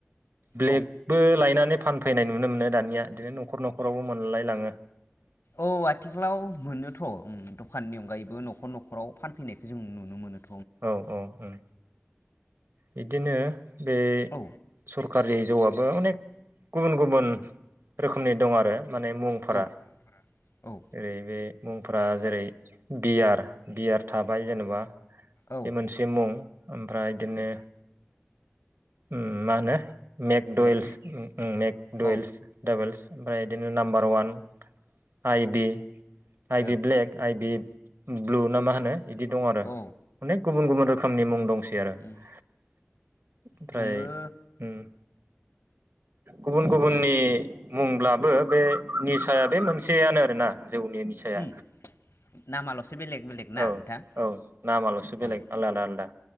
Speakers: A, on the right; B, on the left.
A: ब्लेकबो
B: औ
A: लायनां फान फैनाय नुनो मोनो दानिया बिदिनो नखर नखर नखरावबो मोनलायलाङो
B: औ आथिखालाव मोनोथ उम दखाननि अनगायैबो नखर नखराव फानफैनायखौ जों नुनो मोनो
A: औ औ उम बिदिनो बे
B: औ
A: सरकारि जौवा बो अनेख गुबुन गुबुन रोखोमनि दं आरो माने मुंफोरा
B: औ औ
A: ओरै बे मुंफोरा जेरै बियार बियार थाबाय जेनेबा
B: औ
A: बे मोनसे मुं ओमफ्राय बिदिनो
B: उम
A: उम मानो मेकडयेल्स
B: ब्लेक
A: मेकदयेल्स
B: औ
A: <unintelligible> ओमफ्राय बिदिनो नाम्बार वान आइ बि आइ
B: औ
A: बि ब्लेक आइ बि ब्लु ना मा होनो बिदि दं आरो
B: औ
A: अनेक गुबुन गुबुन रोखोमनि मुं दंसै आरो
B: उम
A: <inaudible> ओमफ्राय
B: दङो
A: उम। गुबुन गुबुननि मुंब्लाबो बे निसाया बे मोनसेयानो आरोना जौनि निसाया
B: उम नामाल'सो बेलेग बेलेग ना
A: औ
B: नोंथां
A: औ नामाल'सो बेलेग
B: औ
A: आलादा आलादा।